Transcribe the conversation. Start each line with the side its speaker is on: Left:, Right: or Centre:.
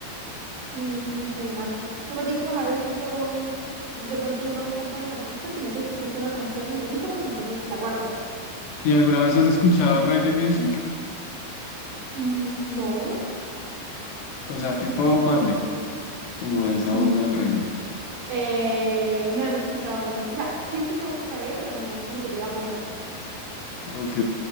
Right: Mm, ¿qué más? Como te digo, pues a veces yo de pronto no me voy tanto a los artistas, sino que si escucho una canción y me gusta, pues entonces la guardo.
Left: ¿Y alguna vez has escuchado reggae music?
Right: Mm, No.
Left: O sea, tipo Bob Marley, como de esa
Right: Mm,
Left: onda del reggae.
Right: eh, no, no he escuchado, mus- o sea, sí he escuchado música de reggae, pero no como que yo la ponga.
Left: Ok.